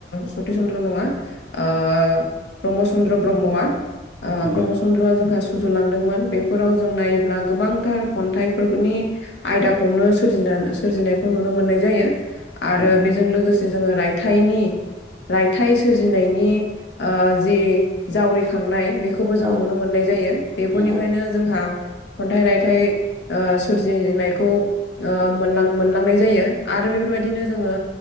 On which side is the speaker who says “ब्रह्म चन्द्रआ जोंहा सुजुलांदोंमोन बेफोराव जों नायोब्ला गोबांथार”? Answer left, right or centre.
Left